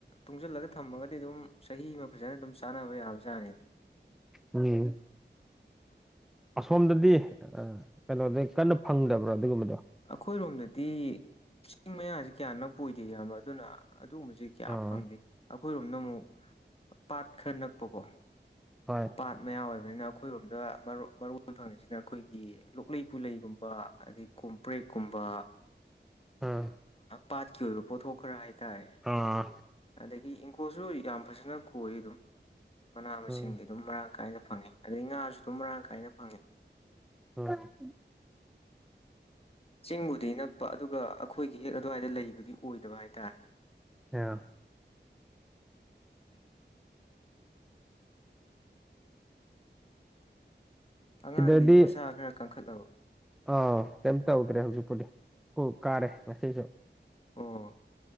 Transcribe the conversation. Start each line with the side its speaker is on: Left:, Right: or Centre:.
Left: ꯇꯨꯡꯖꯜꯂꯒ ꯊꯝꯃꯒꯗꯤ ꯑꯗꯨꯝ ꯆꯍꯤ ꯑꯃ ꯐꯖꯅ ꯑꯗꯨꯝ ꯆꯥꯅꯕ ꯌꯥꯕꯖꯥꯠꯅꯤ
Centre: ꯎꯝ ꯑꯁꯣꯝꯗꯗꯤ ꯀꯩꯅꯣꯗ ꯀꯟꯅ ꯐꯪꯗꯕ꯭ꯔꯣ ꯑꯗꯨꯒꯨꯝꯕꯗꯣ
Left: ꯑꯈꯣꯏꯔꯣꯝꯗꯗꯤ ꯆꯤꯡ ꯃꯌꯥꯖꯤ ꯀꯌꯥꯅꯛ ꯄꯣꯏꯗꯦ ꯏꯌꯥꯝꯕ ꯑꯗꯨꯅ ꯑꯗꯨꯒꯨꯝꯕꯖꯦ ꯀꯌꯥ
Centre: ꯑꯥ
Left: ꯐꯪꯗꯦ ꯑꯩꯈꯣꯏꯔꯣꯝꯅ ꯑꯃꯨꯛ ꯄꯥꯠ ꯈꯔ ꯅꯛꯄꯀꯣ
Centre: ꯍꯣꯏ
Left: ꯄꯥꯠ ꯃꯌꯥꯝ ꯑꯣꯏꯕꯅꯤꯅ ꯑꯩꯈꯣꯏꯔꯣꯝꯗ ꯃꯔꯨ ꯐꯪꯉꯤꯖꯤꯅ ꯑꯈꯣꯏꯒꯤ ꯂꯣꯛꯂꯩ ꯄꯨꯂꯩꯒꯨꯝꯕ ꯑꯗꯩ ꯀꯣꯝ ꯄ꯭ꯔꯦꯛꯀꯨꯝꯕ
Centre: ꯑꯥ
Left: ꯄꯥꯠꯀꯤ ꯑꯣꯏꯕ ꯄꯣꯠꯊꯣꯛ ꯈꯔ ꯍꯥꯏꯇꯥꯔꯦ
Centre: ꯑꯥ
Left: ꯑꯗꯒꯤ ꯏꯪꯈꯣꯜꯁꯨ ꯌꯥꯝ ꯐꯖꯅ ꯀꯣꯏ ꯑꯗꯨꯝ ꯃꯅꯥ ꯃꯁꯤꯡꯗꯩ
Centre: ꯎꯝ
Left: ꯑꯗꯨꯝ ꯃꯔꯥꯡ ꯀꯥꯏꯅ ꯐꯪꯉꯤ ꯑꯗꯩ ꯉꯥꯁꯨ ꯑꯗꯨꯝ ꯃꯔꯥꯡ ꯀꯥꯏꯅ ꯐꯪꯉꯤ
Centre: ꯍꯣꯏ
Left: ꯆꯤꯡꯕꯨꯗꯤ ꯅꯛꯄ ꯑꯗꯨꯒ ꯑꯩꯈꯣꯏꯒꯤ ꯍꯦꯛ ꯑꯗꯨꯋꯥꯏꯗ ꯂꯩꯕꯗꯤ ꯑꯣꯏꯗꯕ ꯍꯥꯏꯇꯥꯔꯦ
Centre: ꯑꯣ
Left: ꯑꯉꯥꯡꯗꯤ
Centre: ꯁꯤꯗꯗꯤ
Left: ꯃꯁꯥ ꯈꯔ ꯀꯟꯈꯠꯂꯕ
Centre: ꯑꯥ ꯀꯩꯝ ꯇꯧꯗ꯭ꯔꯦ ꯍꯧꯖꯤꯛꯄꯨꯗꯤ ꯁꯀꯨꯜ ꯀꯥꯔꯦ ꯉꯁꯤꯁꯨ
Left: ꯑꯣ